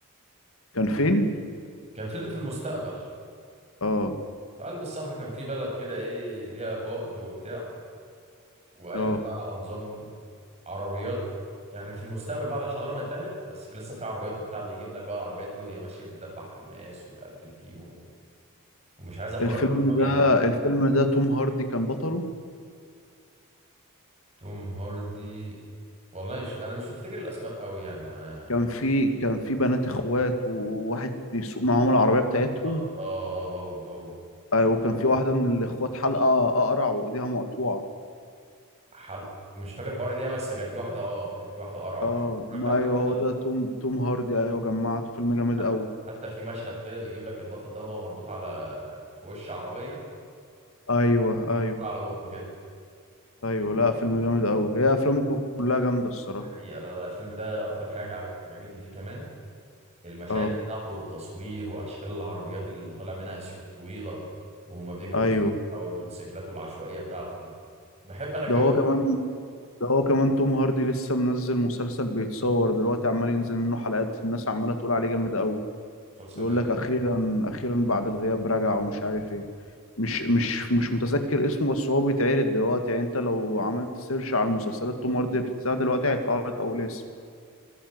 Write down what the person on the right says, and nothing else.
كان فيلم في المستقبل
في قلب الصحراء كان في بلد كده ايه ليها قائد وبتاع وقايم
بقى على نظام عربيات يعني في المستقبل بعد الحضاره ما انتهت بس كان لسه في عربيات وبتاع بيجيب لك بقى العربيات دي وهي ماشيه بتدبح في الناس وتقتل فيهم و... ومش عايز احرق
لك الموضوع
جامد
توم هاردي والله مش انا مش بفتكر الاسماء قوي يعني آه،
بالظبط اه هو هو
حلقه مش فاكر حوار ايه بس كان في واحده اه كان في واحده قرعه
شفت- اتفرجت
على الفيلم
ده
حتى
حتى في مشهد كده بيجيب لك البطل ده وهو مربوط على في وش عربيه
مقفول
على بقه كده
حقيقه لا لا الفيلم ده اكتر حاجه عجبت- عجبتني فيه كمان المشاهد
بتاعته والتصوير واشكال العربيات اللي طالع منها سيوف طويله وهما بيجروا
في الصحراء او الموتوسيكلات والعشوائيه بتاعته دي بحب انا الجو
ده
مسلسل
ايه